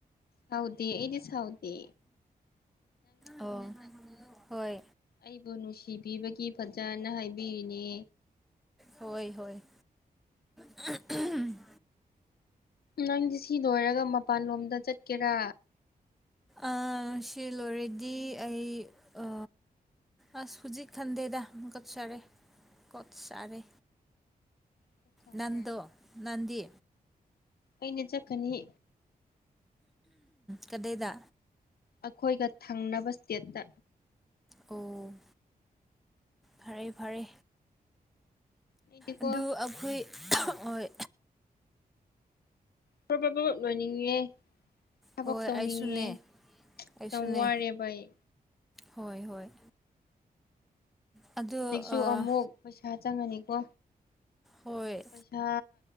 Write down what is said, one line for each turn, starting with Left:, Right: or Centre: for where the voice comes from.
Left: ꯁꯎꯗꯦ ꯑꯩꯗꯤꯁ ꯁꯎꯗꯦ
Centre: ꯑꯣ ꯍꯣꯏ
Left: ꯑꯩꯕꯨ ꯅꯨꯡꯁꯤꯕꯤꯕꯒꯤ ꯐꯖꯅ ꯍꯥꯏꯕꯤꯔꯤꯅꯦ
Centre: ꯍꯣꯏ ꯍꯣꯏ <unintelligible>
Left: ꯅꯪꯗꯤ ꯁꯤ ꯂꯣꯏꯔꯒ ꯃꯄꯥꯟꯂꯣꯝꯗ ꯆꯠꯀꯦꯔꯥ
Centre: ꯑ ꯁꯤ ꯂꯣꯏꯔꯗꯤ ꯑꯩ ꯑ ꯑꯁ ꯍꯧꯖꯤꯛ ꯈꯟꯗꯦꯗ ꯑꯃꯨꯛꯀꯠ ꯁꯥꯔꯦ ꯀꯣꯠ ꯁꯥꯔꯦ
Left: ꯆꯠꯆꯔꯦ
Centre: ꯅꯟꯗꯣ ꯅꯟꯗꯤ
Left: ꯑꯩꯅ ꯆꯠꯀꯅꯤ
Centre: ꯀꯗꯥꯏꯗ
Left: ꯑꯩꯈꯣꯏꯒ ꯊꯪꯅꯕ ꯏꯁꯇꯦꯠꯇ
Centre: ꯑꯣ ꯐꯔꯦ ꯐꯔꯦ
Left: ꯑꯩꯗꯤꯀꯣ
Centre: ꯑꯗꯨ ꯑꯩꯈꯣꯏ ꯑꯣꯏ
Left: ꯄꯔꯞ ꯄꯔꯞ ꯂꯣꯏꯅꯤꯡꯉꯦ ꯊꯕꯛ
Centre: ꯍꯣꯏ
Left: ꯇꯧꯅꯤꯡꯉꯦ
Centre: ꯑꯩꯁꯨꯅꯦ ꯑꯩꯁꯨꯅꯦ
Left: ꯌꯥꯝ ꯋꯥꯔꯦꯕ ꯑꯩ
Centre: ꯍꯣꯏ ꯍꯣꯏ ꯑꯗꯨ
Left: ꯍꯧꯖꯤꯛꯁꯨ
Centre: ꯑꯥ
Left: ꯑꯃꯨꯛ ꯄꯩꯁꯥ ꯆꯪꯉꯅꯤꯀꯣ
Centre: ꯍꯣꯏ
Left: ꯄꯩꯁꯥ